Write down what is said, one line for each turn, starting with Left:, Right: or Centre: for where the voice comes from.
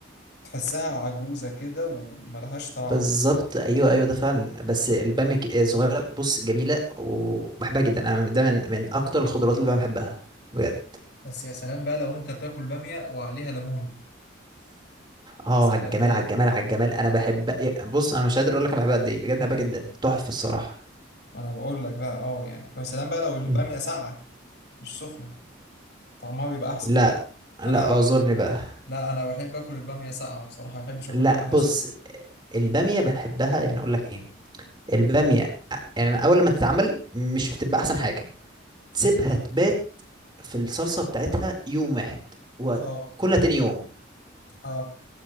Left: وتحسها عجوزه كده وملهاش طعم
Right: بالظبط ايوه ايوه ده فعلا بس الباميه الك- الصغيره بص جميله وبحبها جدا انا ده من من اكتر الخضروات اللي انا بحبها بجد
Left: بس يا سلام بقى لو انت بتاكل بامية وعليها ليمون
Right: اه
Left: يا سلام
Right: على الجمال
Left: يا...
Right: على الجمال على الجمال انا بحب بص انا مش قادر اقول لك انا بحبها قد ايه بجد بحبها جدا تحفه الصراحه
Left: ما انا بقول لك بقى اه يعني يا سلام بقى لو الباميه
Right: مم.
Left: ساقعه مش سخنه طعمها بيبقى احسن
Right: لا لا
Left: انا بح...
Right: اعذرني بقى
Left: لا انا بحب اكل الباميه ساقعه بصراحه ما بحبش اكل
Right: لا
Left: الباميه
Right: بص
Left: سخنه
Right: البامية بحبها يعني اقول لك ايه البامية يعني اول لما تتعمل مش بتبقى احسن حاجة تسيبها تبات في الصلصة بتاعتها يوم واحد وكلها
Left: اه
Right: تاني يوم
Left: اه